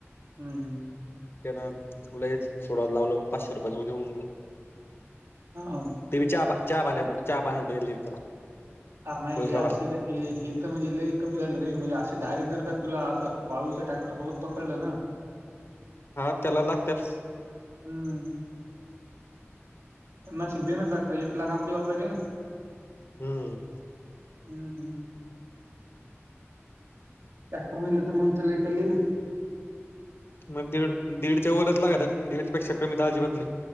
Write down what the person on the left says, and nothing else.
त्यांना तुला लयच सोडायला लावलं मग पाचशे रुपयात मिटवलं
ते बेबी चहापाणी चहा पाण्या चहा साठी दिले त्याला
पोलीस
लोकाला
हा त्याला लागतच
हम्म
मग दीड दीडच्या वरच लागतं दीडच्या पेक्षा कमी तर अजिबात नाही